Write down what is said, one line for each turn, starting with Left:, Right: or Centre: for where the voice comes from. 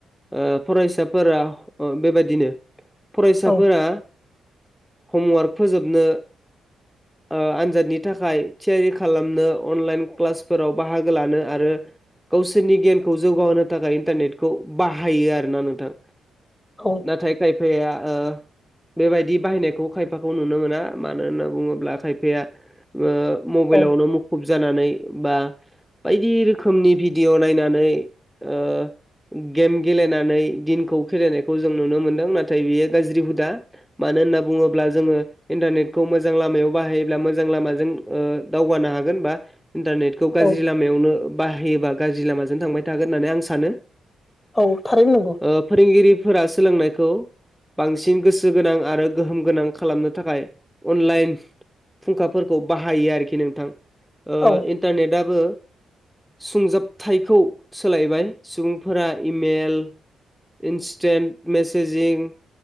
Centre: ओ फरायसाफोरा बेबायदिनो फरायसाफोरा
Left: औ
Centre: हमवार्क फोजोबनो ओ आनजादनि थाखाय थियारि खालामनो अनलाइन क्लासफोराव बाहागो लानो आरो गावसोरनि गियानखौ जौगाहोनो थाखाय इन्टारनेटखौ बाहायो आरोना नोंथां।
Left: औ
Centre: नाथाय खायफाया ओ बेबायदि बाहायनायखौ खायफाखौ नुनो मोना मानो होनना बुङोब्ला खायफाया ओ मबाइलावनो
Left: औ
Centre: मुखुब जानानै बा बायदि रोखोमनि भिडिअ नायनानै ओ गेम गेलेनानै दिनखौ खेलेनायखौ जों नुनो मोनदों नाथाय बेयो गाज्रि हुदा मानो होनना बुङोब्ला जोङो इन्टारनेटखौ मोजां लामायाव बाहायोब्ला मोजां लामाजों ओ दावगानो हागोन बा इन्टारनेटखौ गाज्रि
Left: औ
Centre: लामायावनो बाहायोबा गाज्रि लामाजों थांबाय थागोन होननानै आं सानो।
Left: औ थारैनो नंगौ
Centre: ओ फोरोंगिरिफोरा सोलोंनायखौ बांसिन गोसो गोनां आरो गोहोम गोनां खालामनो थाखाय अनलाइन फुंखाफोरखौ बाहायो आरोखि नोंथां ओ
Left: औ
Centre: इन्टारनेटाबो सुंजाबथायखौ सोलायबाय सुबुंफोरा इमेल इन्सटन्ट मेसेेजिं